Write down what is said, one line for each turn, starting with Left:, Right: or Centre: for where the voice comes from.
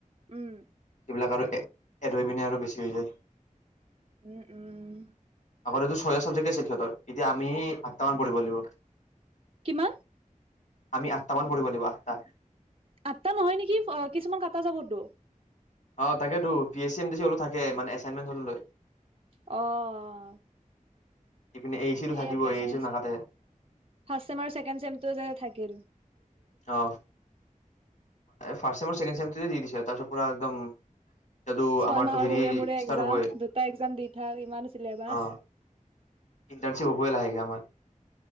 Right: উম
Left: এইবিলাক আৰু এ ধৈ পিনে আৰু বেছি হৈ যায়
Right: উম উম
Left: আগতেতো ছয়টা ছাবজেক্ট আছিল সিহঁত এতিয়া আমি আঠটা মান পঢ়িব লাগিব
Right: কিমান
Left: আমি আঠটামান পৰিব লাগিব আঠটা
Right: আট্টা নহয় নেকি কিছুমান কাটা যাবতো
Left: অ তাকেতো ভি এ চিম দি চি হলেও থাকে। মানে এচাইনমেন্ট হলেও লয়।
Right: অ'
Left: ইপিনে এ চি টো
Right: সেইয়া
Left: থাকিব
Right: প্ৰেচাৰ
Left: এ চি টো
Right: ফাৰ্ষ
Left: নাকাটে
Right: চম আৰুকে ছেকেণ্ড চেমটো থাকে
Left: অ ফাৰ্ষ্ট ছেকেণ্ড ছেমৰটো দি দিছ তাৰিছত পুৰা একদম এতিয়াতো
Right: ছয়
Left: আমাৰতো
Right: মাহৰ
Left: হেৰি
Right: মূৰে মূৰে
Left: ষ্টাৰ্ট
Right: এক্জাম।
Left: হ'বই
Right: দুটা এক্জাম দি থাক, ইমান চিলেবাছ।
Left: অ ইণ্টাৰ্ণশ্বিপ হ'বই লাহেকে আমাৰ